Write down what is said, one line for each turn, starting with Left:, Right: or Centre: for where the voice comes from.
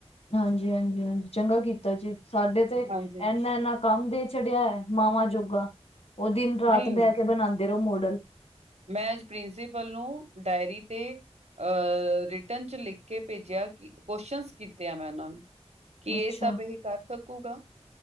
Left: ਹਾਂਜੀ ਹਾਂਜੀ ਹਾਂਜੀ ਚੰਗਾ ਕੀਤਾ ਜੇ, ਸਾਡੇ ਤੇ
Right: ਹਾਂਜੀ,
Left: ਐਨਾ-ਐਨਾ ਕੰਮ ਦੇ ਛੱਡਿਆ ਐ ਮਾਵਾਂ ਜੋਗਾ, ਓ ਦਿਨ ਰਾਤ
Right: ਨਹੀਂ
Left: ਬਹਿ ਕੇ ਬਨਾਂਦੇ ਰਹੋ ਮੋਡਲ।
Right: ਮੈਂ ਅੱਜ ਪ੍ਰਿੰਸੀਪਲ ਨੂੰ, ਡਾਇਰੀ ਤੇ ਅਹ, ਰਿਟਰਨ ਚ ਲਿਖ ਕੇ ਭੇਜਿਆ ਕਿ, ਕੁਸ਼ਚਨਸ ਕੀਤੇ ਆ ਮੈਂ ਉਹਨਾਂ ਨੂੰ। ਕੀ
Left: ਅੱਛਾ,
Right: ਇਹ ਸਭ ਇਹ ਕਰ ਸਕੂਗਾ?